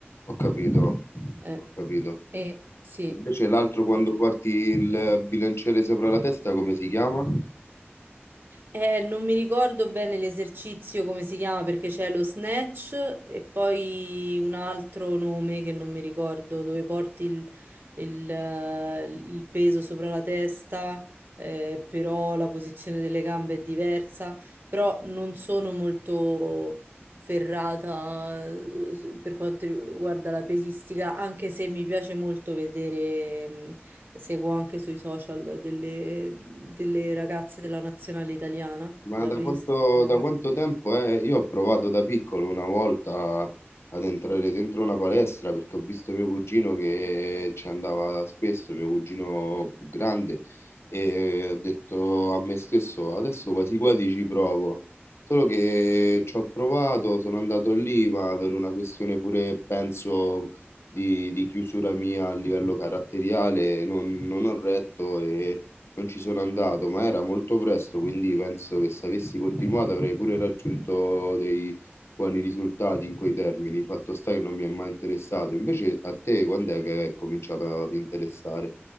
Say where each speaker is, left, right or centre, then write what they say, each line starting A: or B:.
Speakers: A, on the left; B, on the right.
A: ho capito,
B: Eh,
A: ho capito.
B: eh, sì.
A: Invece l'altro quando
B: eh.
A: porti il bilanciere sopra la testa, come si chiama?
B: Eh, non mi ricordo bene l'esercizio come si chiama perché c'è lo snatch e poi un altro nome che non mi ricordo, dove porti il, il, eh, il peso sopra la testa, eh, però la posizione delle gambe è diversa, però non sono molto, ferrata eh, s- per quanto riguarda la pesistica, anche se mi piace molto vedere, mh, seguo anche sui social delle, delle ragazze della nazionale italiana,
A: Ma
B: della
A: da
B: pesistica
A: quanto,
B: italiana.
A: da quanto tempo è? Io ho provato da piccolo una volta ad entrare dentro una palestra perché ho visto mio cugino che ci andava spesso, mio cugino più grande, e ho detto a me stesso, adesso quasi quasi ci provo. Solo che ci ho provato, sono andato lì, ma per una questione pure, penso, di, di chiusura mia a livello caratteriale, non, non ho retto e non ci sono andato, ma era molto presto, quindi penso che se avessi continuato avrei pure raggiunto dei buoni risultati in quei termini. Fatto sta che non mi è mai interessato. Invece a te quando è che è cominciato ad interessare?